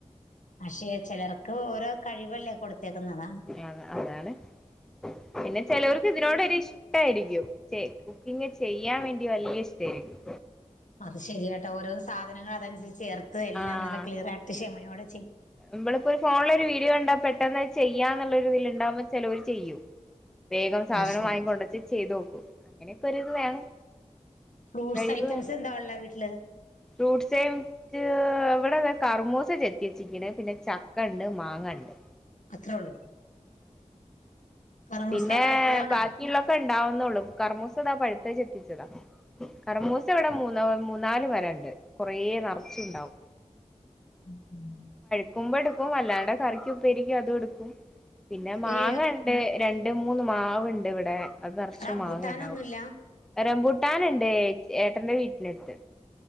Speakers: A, on the left; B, in the centre.
A: പക്ഷെ ചിലർക്ക് ഓരോ കഴിവല്ലേ കൊടുത്തേക്കുന്നതാണ്
B: ആ അതാണ് പിന്നെ ചിലവർക്ക് ഇതിനോട് ഒരു ഇഷ്ട്ടായിരിക്കും കുക്കിംഗ് ചെയ്യാൻ വേണ്ടി വലിയ ഇഷ്ട്ടായിരിക്കും
A: അത് ശരിയാട്ടോ ഓരോ- സാധനങ്ങൾ അതിനനുസരിച്ചു ചേ - അത് എല്ലാം
B: ആഹ്
A: നല്ല ക്ലിയറായിട്ട് ക്ഷമി- ഞ്ഞോട്
B: നമ്മളിപ്പോ ഒരു ഫോണില് ഒരു വീഡിയോ കണ്ടാ പെട്- പെട്ടെന്ന് ചെയ്യാ എന്നുള്ളൊരീതു ഉണ്ടാവുമ്പോ ചിലർ ചെയ്യും വേഗം സാധനം
A: അത് ശരിയാ
B: വാങ്ങി കൊണ്ടെച്ച് ചെയ്തു നോക്കും അങ്ങനെ ഇപ്പൊരു ഇത് വേണം
A: ഫ്രൂട്ട്സ്
B: കഴിവ്
A: ഐറ്റംസ്
B: വേണം
A: എന്താ ഉള്ള വീട്ടില്
B: ഫ്രൂട്ട്സേം ക് അവള് കർമോസ ചെത്തി ചിക്കന് പിന്നെ ചക്ക ഇണ്ട് മാങ്ങ ഇണ്ട്
A: അത്ര ഉള്ളൂ കറമൂസ
B: പിന്നെ
A: പഴുത്തതാണാ
B: ബാക്കിയുള്ളൊക്കെ ഉണ്ടാവുന്നുള്ളു കർമ്മൂസതാ പഴു ചെത്തിച്ചതാ കർമൂസ ഇവടെ മൂന്ന് മൂന്നാല് മരണ്ട് കൊറേ നറച്ചുണ്ടാവും.
A: ഉം ഉം
B: ക്കുമ്പോ എടുക്കും അല്ലാണ്ടേ കറിക്ക് ഉപ്പേരിക്ക് അതും എടുക്കും പിന്നെ മാങ്ങണ്ട്
A: ഈ
B: രണ്ട് മൂന്ന് മാവ്ണ്ട് ഇവടെ അത് നെറച്ച്
A: റംബൂട്ടാനൊന്നുമില്ല
B: മാങ്ങണ്ടാവും റംമ്പൂട്ടാനി ഏ ഏട്ടന്റെ വീട്ടിന്റെ അടുത്ത്